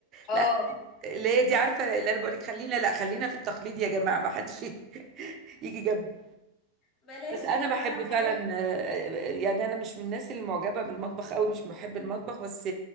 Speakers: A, on the left (about 35°); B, on the right (about 35°).
A: <laughs> آه.
B: لا اللي هي دي عارفه اللي انا بقول لك خلينا لا خلينا في التقليد يا جماعه ما حدش <laughs> يجي جنبنا
A: بلاش
B: بس انا
A: يا جماعه
B: بحب فعلا
A: حاجات
B: آه، آه، يعني انا مش من الناس اللي معجبه بالمطبخ قوي مش بحب المطبخ بس